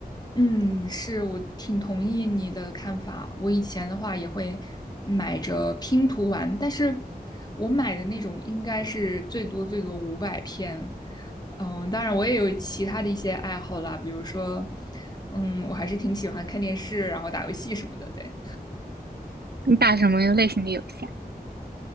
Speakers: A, on the left (about 25°); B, on the right (about 80°).
A: 嗯，是，我挺同意你的看法。我以前的话也会买着拼图玩，但是我买的那种应该是最多最多五百片。嗯，当然我也有其他的一些爱好啦，比如说，嗯，我还是挺喜欢看电视，然后打游戏什么的，对。
B: 你打什么类型的游戏啊？